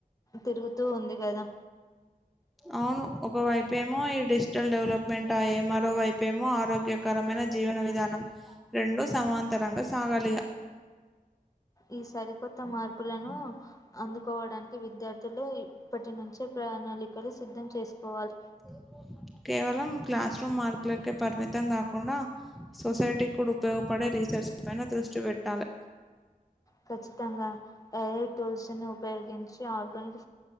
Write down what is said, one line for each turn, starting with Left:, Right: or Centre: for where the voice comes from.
Left: తిరుగుతూ ఉంది కదా
Centre: అవును ఒక వైపు ఏమో ఈ డిస్ ఫ్యూచర్ డెవలప్మెంట్ అయ్యే మరోవైపేమో ఆరోగ్యకరమైన జీవన విధానం రెండు సమాంత అంతరంగా సాగాలిగా
Left: ఈ సరికొత్త మార్పులను అందుకోవడానికి విద్యార్థులు ఇప్పటి నుంచే ప్రణాళికలు సిద్ధం చేసుకోవాలి
Centre: ఓహో కేవలం క్లాస్ రూమ్ మార్కులకే పరిమితం కాకుండా సొసైటీ కూడా ఉపయోగపడే రీసెర్చ్ పైన దృష్టి పెట్టాలే
Left: ఖచ్చితంగా ఎర్ టూల్స్ ఉపయోగించి ఆర్గానిక్